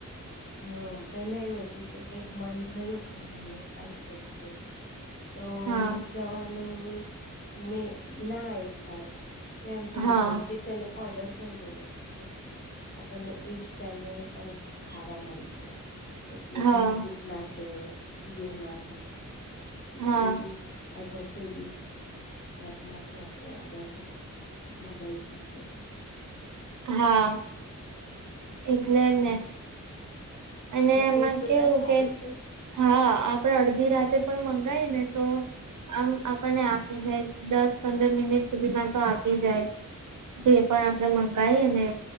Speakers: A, on the left; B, on the right.
A: હમ, પેલા એવું હતું કે કઈક મન થયું ખાવાનું આસ વચે તો
B: હા
A: જવાનું મે ના એ થાય તો એમ થઈ
B: હા
A: જાય, કે ચલો ઓર્ડર કરી દે ચાલ આપણને એ જ ટાઈમે ત ખાવા મળી જાય એટલે
B: હા
A: બ્લમકીિક માં છે, જીઓમાં છે. કે
B: હા.
A: કોઈ બીધાર કોઈ બી એપમાંથી આપણે ઓર્ડર કર મગાવાઈ શકએ
B: હા એટલે જ ને અને
A: એટલે
B: એમાં
A: એક જોતા
B: કેવું
A: સારું
B: કે હા, આપડે અડધી રાતે પણ મંગાય ને તો આમ આપણને આપી જાય, દસ પંદર મિનિટ સુધી માં તો આપી જાય જે, પણ આપડે મંગાઈએ ને